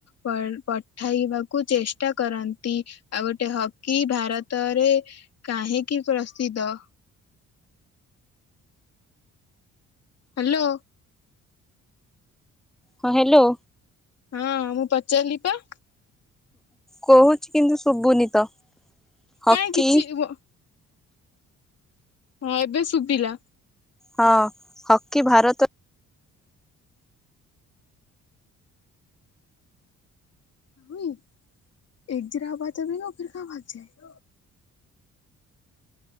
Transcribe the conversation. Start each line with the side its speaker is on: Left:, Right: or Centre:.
Left: ପ ପଠେଇବାକୁ ଚେଷ୍ଟା କରନ୍ତି। ଆଉ ଗୋଟେ ହକି ଭାରତରେ କାହିଁକି ପ୍ରସିଦ୍ଧ? ହ୍ୟାଲୋ।
Centre: ହଁ ହ୍ୟାଲୋ।
Left: ହଁ ମୁଁ ପଚାରିଲି ପା।
Centre: କହୁଛି କିନ୍ତୁ ଶୁବୁନି ତ। ହକି
Left: କାହିଁ କିଛି ୱ। ହଁ ଏବେ ଶୁଭିଲା।
Centre: ହଁ ହକି ଭାରତ
Left: ଉଇଏକ ଜ ରା ବା ଅବ ଫର କା ଭାଗ ଯଏ <unintelligible>